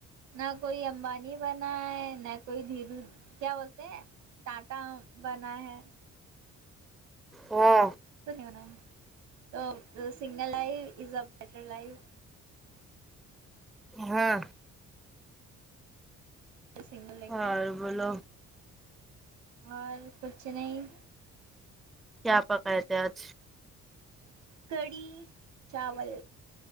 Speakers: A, on the right; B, in the centre.
A: نہ کوئی امبانی بنائے نہ کوئی دھیرو کیا بولتے ہیں ٹاٹا بنا ہے
B: ہاں
A: نہیں ہونا ہے تو single life is a better life
B: ہاں
A: سنگل دیکھ
B: اور بولو
A: اور کچھ نہیں
B: کیا پکے تھے آج
A: کڑھی چاول